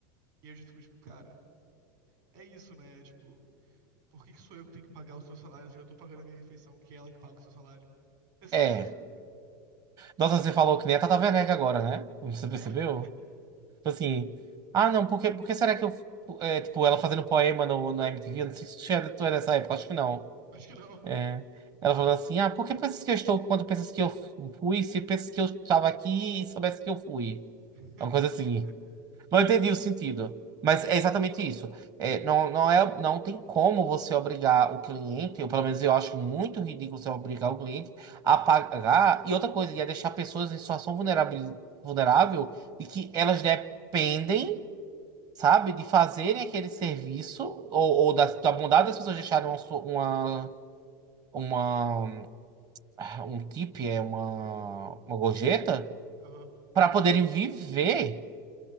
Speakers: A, on the right (about 65°); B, on the right (about 40°).
A: E eu já fico, tipo, cara, é isso, né? É, Tipo, por que que sou eu que tenho que pagar o seu salário? Eu já tô pagando a minha refeição, que é ela que paga o seu salário, <laughs>
B: É.
A: sabe?
B: Nossa, você falou que nem a Tata Werneck agora, né? Você percebeu?
A: É.
B: Tipo assim. Ah, não, porque, porque será que eu. é, tipo, ela fazendo poema no, na MTV? Eu não sei se tu é tu é dessa época, acho que não.
A: Acho que não.
B: É. Ela falou assim: Ah, por que pensas que eu estou quando pensas que eu fui? Se pensas que eu estava aqui e soubesse que eu fui.
A: <laughs>
B: É Uma coisa assim. Não entendi o sentido. Mas é exatamente isso. É, não, não é, não tem como você obrigar o cliente, ou pelo menos eu acho muito ridículo você obrigar o cliente a pagar. E outra coisa, ia deixar pessoas em situação vulnerável, vulnerável e que elas dependem, sabe, de fazerem aquele serviço ou, ou da, da bondade das pessoas deixarem uma, su- uma, uma- um tip, é uma, uma gorjeta,
A: Nojento. Aham.
B: para poderem viver,